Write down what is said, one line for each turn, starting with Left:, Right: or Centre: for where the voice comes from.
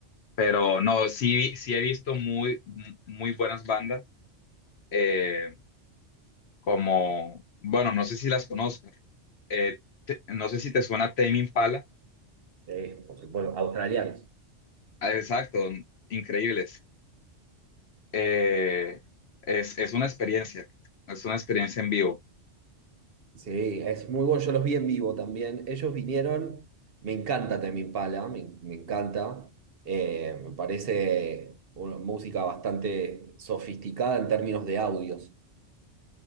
Left: Pero no, sí, sí he visto muy, muy buenas bandas, eh, como, bueno, no sé si las conozco, eh, te- no sé si te suena Tame Impala,
Right: ver. Sí, por supuesto, australianos.
Left: Ah, exacto, increíbles. Eh, es, es una experiencia, es una experiencia en vivo,
Right: Sí, es muy bueno. Yo los vi en vivo también. Ellos vinieron. Me encanta Tame Impala, me, me encanta. Eh, me parece una música bastante sofisticada en términos de audios.